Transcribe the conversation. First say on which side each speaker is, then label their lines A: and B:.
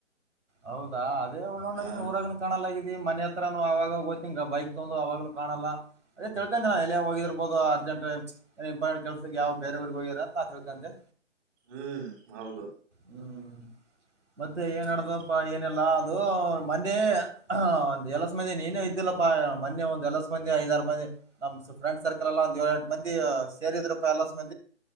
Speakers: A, on the right; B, on the right.
A: ಹೌದಾ ಅದೇ ನೋಡ್ಲ
B: ನಾ
A: ನೀವು ಊರಾಗನ ಕಾಣಲ್ಲಾಗಿದ ಮನ ಆ ಅವವಾಗ ಗೊ್ಿಂಗ ಬೈಕ್ ತಗೊಂಡಂದು ಅವವಾಗನು ಕಾಣಲ್ಲ ಅದೇ ತಿಳ್ಕೊಂಡೆ ನಾ ಎಲ್ಲಿ ಹೋಗಿರ್ಬಹದು ಅರ್ಜೆಂಟ್ ಇಂಪಾರ್ಟಟ್ ಕೆಲ್ಸ ಯಾವ್ ಬೇರೆವಊ್ರಗ್ ಹೋಗಿರ ನಾ ತಿಳ್ಕೊಂಡೆ
B: ಹ್ಮ್ ಹೌದು
A: ಹ್ಮ್ ಮತ್ತೆ ಏನ್ಡತಪ್ಪ
B: ಹ್ಮ್
A: ಏನೆಲ್ಲಾ ದು ಮನೆ ಒಂದ್ ಎಲಸ ಮಂದಿ ನೀನೇ ಇದ್ದಿಲ್ಲಪ್ಪ ಮನೆೆ ಒಂದಂದು ಎಲಸ್ ಮಂದಿ ಐದಾರು ಮಂದಿ ನಮ್ ಫ್ರೆಂಡ್ ಸರ್ಕಲ್ ಎಲ್ಲ ಒಂದು ಏಳ ಮಂದಿ ಸೇರಿದ್ರಪ್ಪ ಎಲ್ಲ ಮ